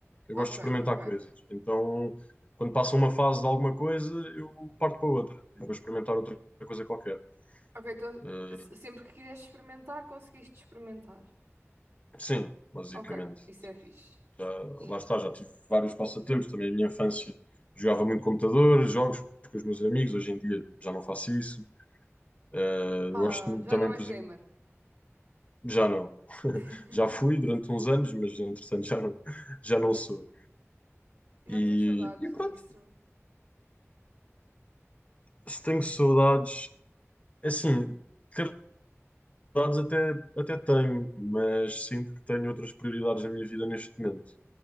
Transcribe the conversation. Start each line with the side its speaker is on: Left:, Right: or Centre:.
Left: Eu
Right: Ok,
Left: gosto de experimentar
Right: ok.
Left: coisas. Então, quando passa uma fase de alguma coisa, eu parto para outra. Eu vou experimentar outra coisa qualquer.
Right: Ok, então
Left: Eh,
Right: se- sempre que quiseste experimentar, conseguiste experimentar.
Left: sim, basicamente.
Right: Ok, isso é fixe.
Left: Já,
Right: Yeah.
Left: lá está, já tive vários passatempos. Também a minha infância jogava muito computador, jogos com os meus amigos. Hoje em dia já não faço isso. Eh,
Right: Ah,
Left: eu gosto muito
Right: já
Left: também,
Right: não és
Left: por exemplo,
Right: gamer.
Left: já não. <laughs>
Right: <laughs>
Left: Já fui durante uns anos, mas entretanto já não, já não sou.
Right: Não
Left: E,
Right: tens saudades
Left: e pronto,
Right: disso.
Left: se tenho saudades, é assim, ter saudades até, até tenho, mas sinto que tenho outras prioridades na minha vida neste momento.